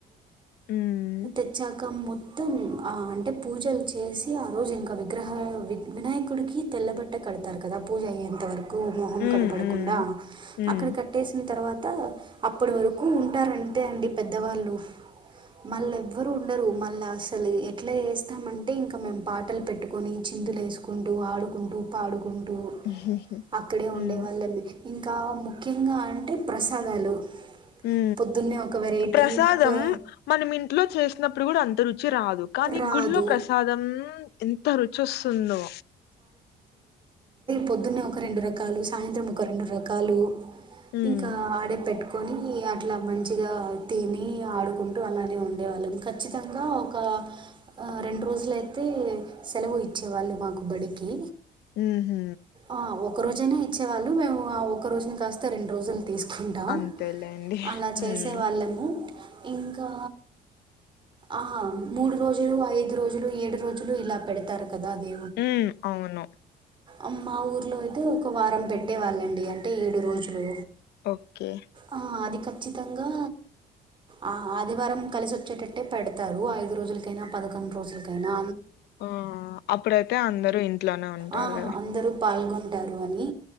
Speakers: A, on the left; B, on the right.
A: ఉమ్
B: తెచ్చాకం మొత్తం ఆ అంటే పూజలు చేసి ఆ రోజు ఇంకా విగ్రహ వినాయకుడికి తెల్లబట్ట కడతారు కదా పూజ అయ్యేంత వరకు మొహం కనపడకుండా
A: ఉమ్ ఉమ్ ఉమ్
B: అక్కడ కట్టేసిన తర్వ త అప్పటి వరకు ఉంటారంతే అండి పెద్దవాళ్ళు మళ్ళ ఎవ్వరు ఉండరు మళ్ళ అసలు ఎట్లా చేస్తామంటే ఇంకా మేము పాటలు పెట్టుకొని ఛి చిందులు వేసుకుంటూ ఆడుకుంటూ పాడుకుంటూ టు
A: ఉహుహు
B: అక్కడే ఉండే
A: ఉమ్
B: వాళ్ళమే ఇంకా మా ముఖ్యంగా అంటే ప్రసాదాలు
A: ఉ
B: పొద్దున్నే ఒక వెరైటీ
A: ప్రసాదం
B: ప
A: మనం ఇంట్లో చేసినప్పుడు కూడా అం రుచి రాదు కానీ
B: రాదు
A: గుళ్లో ప్రసాదం ఎంత రుచి వస్తుందో
B: పొద్దున్న ఒక రెండు రకాలు సాయంత్రం ఒక రెండు రకాలు
A: ఉమ్
B: ఇంకా ఆడే పెట్ కొని అట్లా మంచిగా తిని ఆడుకుంటూ అలానే ఉండేవాళ్ళం ఖచ్చితంగా ఒక బా ఆ రెండు రోజులుయితే సెలవు ఇచ్చేవాళ్ళు మాకు బడికి
A: ఊహు
B: ఆ, ఒక రోజైనా ఇచ్చేవాళ్ళు మేము ఆ ఒకక్క రోజుని కాస్త రెండు రోజులు తీసుకుంటాం
A: అంతేలేండి
B: అలా చేసే
A: హ్మ్
B: వాళ్ళము ఇంకా ఆ మూడు రోజులు ఐదు రోజులు ఏడు రోజులు ఇలా పెడతారు కదా అది
A: ఉ అవును
B: ఆ మా ఊరిలో అయితే ఒక వారం పెట్టేవాళ్ళండి అంటే ఏడు రోజులు
A: ఓకే
B: ఆ, అది ఖచ్చితంగా ఆ ఆదివారం కలిసి వచ్చేటట్టే పెడతారు ఐదు రోజులకైనా ప కంట్రోస్లు కైనా
A: ఆ అప్పుడైతే అందరు ఇంట్లోనే ఉంటారు
B: ఆ,
A: కదా
B: అందరూ పాల్గొంటారు అని